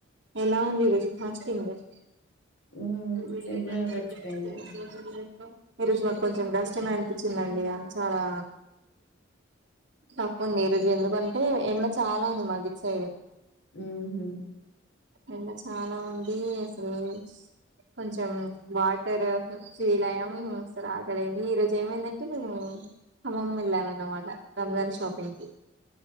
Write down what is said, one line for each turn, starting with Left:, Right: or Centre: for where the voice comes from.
Right: ఎలా ఉంది థ్యాంక్స్ టు యుఅండి
Left: హ్మ్.
Right: వెళ్ళిరండి
Left: సింపుల్‌గా గడిచిపోయింది.
Right: <unintelligible> బెస్ట్ ఆఫ్ లక్ ఈ రోజు మాకు కొంచెం కష్టమే అనిపించిందిండి చాలా తక్కువుంది ఈరోజు ఎందుకంటే ఎండ చాలా ఉంది మాది సైడ్
Left: ఊహు
Right: ఎండ చాలా ఉంది అసలు కొంచెం వాటర్ ఫీల అయ్యాం ఆకలయింది ఈరోజు ఏమైందంటే మేము ఖమ్మం వెళ్ళాం అన్నమాట రంజాన్ షాపింగ్ కి